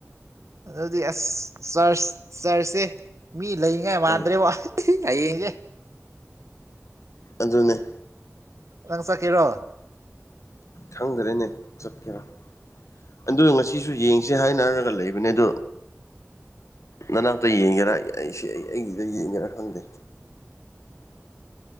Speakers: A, on the right; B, on the left.
A: ꯑꯗꯨꯗꯤ ꯑꯁ ꯆꯔꯆ ꯆꯔꯆꯁꯦ ꯃꯤ ꯂꯩꯉ‌ꯦ ꯃꯥꯟꯗ꯭ꯔꯦꯕꯣ
B: ꯑꯪ
A: ꯍꯥꯌꯦꯡꯁ‌ꯦ
B: ꯑꯗꯨꯅꯦ
A: ꯅꯪ ꯆꯠꯀꯦꯔꯣ
B: ꯈꯪꯗꯔꯦꯅꯦ ꯆꯠꯀꯦꯔꯥ ꯑꯗꯨ ꯉꯁꯤꯁꯨ ꯌꯦꯡꯁꯦ ꯍꯥꯏꯅꯔꯒ ꯂꯩꯕꯅꯦ ꯑꯗꯣ ꯅꯅꯥꯛꯇ ꯌꯦꯡꯒꯦꯔꯥ ꯑꯩꯁꯦ ꯑꯩꯒꯤꯗ ꯌꯦꯡꯒꯦꯔꯥ ꯈꯪꯗꯦ